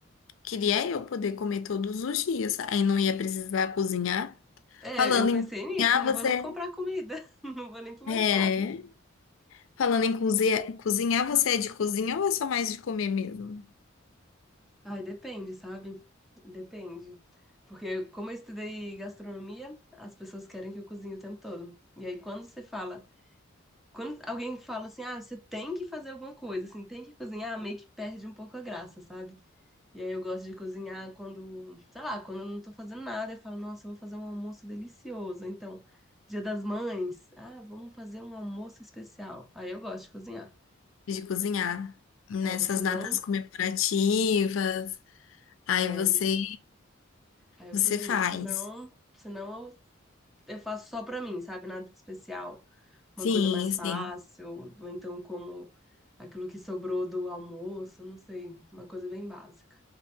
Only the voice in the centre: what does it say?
É,
eu pensei
nisso,
não
vou nem comprar comida, <laughs> não vou nem pro mercado.
Ai, depende, sabe? Depende. Porque como eu estudei gastronomia, as pessoas querem que eu cozinhe o tempo todo. E aí quando você fala, quando alguém fala assim, ah, você tem que fazer alguma coisa, assim, tem que cozinhar, meio que perde um pouco a graça, sabe? E aí eu gosto de cozinhar quando, sei lá, quando eu não tô fazendo nada, eu falo, nossa, eu vou fazer um almoço delicioso. Então, Dia das Mães, ah, vamos fazer um almoço especial. Aí eu gosto de cozinhar.
É, se não,
é,
aí eu
cozinho.
Se não, se não eu faço só pra mim, sabe? Nada de especial. Uma
coisa mais fácil,
ou então como aquilo que sobrou do almoço, não sei. Uma coisa bem básica.